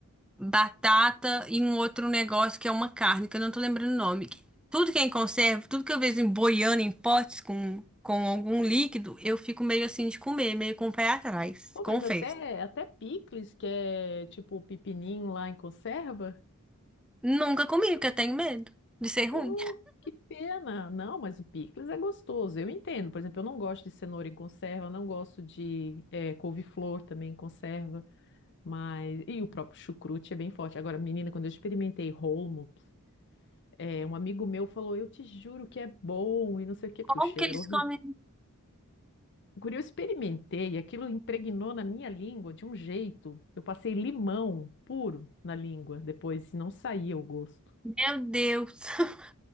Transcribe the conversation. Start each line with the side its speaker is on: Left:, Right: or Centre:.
Centre: batata e um outro negócio que é uma carne, que eu não tô lembrando o nome. Tudo que é em conserva, tudo que eu vejo em boiando em potes com, com algum líquido, eu fico meio assim de comer, meio com o pé atrás.
Left: Pô,
Centre: Confesso.
Left: mas até, até picles, que é tipo o pepininho lá em conserva.
Centre: Nunca comi, porque eu tenho medo de ser ruim.
Left: Pô, que pena. Não, mas o picles é gostoso. Eu entendo. Por exemplo, eu não gosto de cenoura em conserva, não gosto de é, couve-flor também em conserva. Mas. E o próprio chucrute é bem forte. Agora, menina, quando eu experimentei holmo. É, um amigo meu falou, eu te juro que é bom e não sei o quê,
Centre: Como
Left: porque o cheiro
Centre: que eles
Left: era horrível.
Centre: comem?
Left: Guri, eu experimentei, aquilo impregnou na minha língua de um jeito. Eu passei limão puro na língua depois, e não saía o gosto.
Centre: Meu Deus. <laughs>